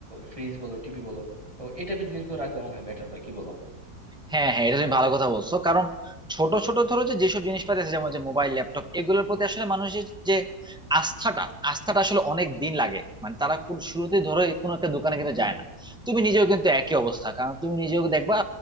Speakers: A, on the right; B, in the centre.
A: ফ্রিজ বলো টিভি বলো তো এই টাইপের জিনিসগুলো রাখলে মনে হয় বেটার হয় কি বলো
B: হ্যাঁ হ্যাঁ এটা তুমি ভালো কথা বলছো কারণ ছোট ছোট ধরো যে যেসব জিনিসপাতি আছে যেমন যে মোবাইল ল্যাপটপ এগুলোর প্রতি আসলে মানুষের যে আস্থাটা আস্থাটা আসলে অনেক দিন লাগে মানে তারা কোন- শুরুতেই ধরো এই কোনো একটা দোকানে কিন্তু যায় না তুমি নিজেও কিন্তু একই অবস্থা কারণ তুমি নিজেও দেখবা